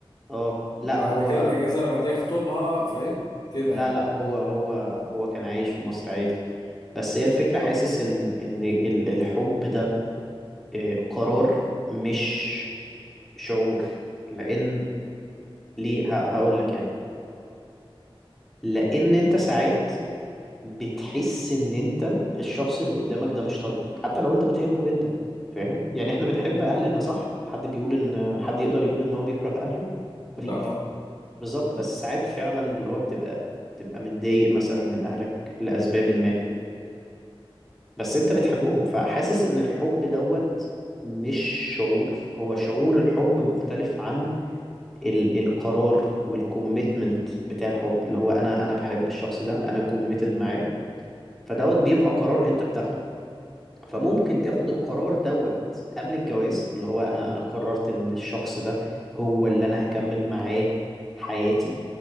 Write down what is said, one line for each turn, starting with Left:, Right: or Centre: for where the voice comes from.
Centre: اه لا
Left: بعد
Centre: هو
Left: كده الاجازة اللي بعدها يخطبها فاهم؟ كده
Centre: لا
Left: يعني.
Centre: لا هو هو هو كان عايش في مصر عادي بس هي الفكرة حاسس ان ان ال- الحب ده آه، قرار مش شعور لان ليه هقول لك يعني لان انت ساعات بتحس ان انت الشخص اللي قدامك ده مش طايقه حتى لو انت بتحبه جدا فاهم يعني احنا بنحب
Left: مم.
Centre: اهلنا صح حد بيقول ان حد يقدر يقول ان هو بيكره اهله
Left: لا
Centre: مفيش
Left: طبعا
Centre: بالظبط بس ساعات فعلا اللي هو بتبقى بتبقى متضايق مثلا من اهلك لاسباب ما بس انت بتحبهم فحاسس ان الحب دوت مش شعور هو شعور الحب مختلف عن ال القرار والكوميتمنت بتاع الحب اللي هو انا انا بحب الشخص ده انا كوميتد معاه فدوت بيبقى قرار انت بتاخده فممكن تاخد القرار دوت قبل الجواز اللي هو انا انا قررت ان الشخص ده هو اللي انا هكمل معاه حياتي